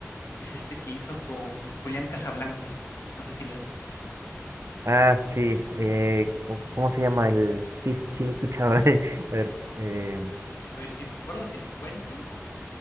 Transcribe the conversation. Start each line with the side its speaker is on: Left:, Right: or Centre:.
Left: Es este que hizo con Julián Casablancas, no sé si lo has escuchado.
Right: Ah, sí, eh, ¿cómo cómo se llama el...? Sí, sí sí lo he escuchado. <laughs> A ver, em,
Left: Ah, deja ver si me acuerdo, si la encuentro,